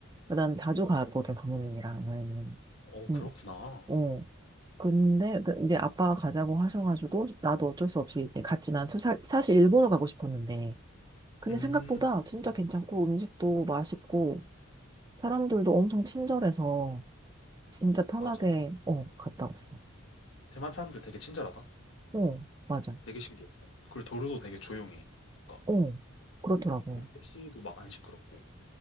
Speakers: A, on the right (about 20°); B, on the left (about 65°).
A: 그다음에 자주 가거든 부모님이랑 여행은.
B: 어 그렇구나.
A: 음, 어. 근데 그- 이제 아빠가 가자고 하셔가지고 나도 어쩔 수 없이 이제 갔지. 난 사, 사실 일본을 가고 싶었는데. 근데
B: 음,
A: 생각보다 진짜
B: 어,
A: 괜찮고 음식도 맛있고 사람들도 엄청 친절해서 진짜 편하게
B: 맞아.
A: 어 갔다 왔어.
B: 대만 사람들 되게 친절하다.
A: 어 맞아.
B: 되게 신기했어. 그리고 도로도 되게 조용해. 뭔가
A: 어 그렇더라고.
B: 막 택시도 막 안 시끄럽고.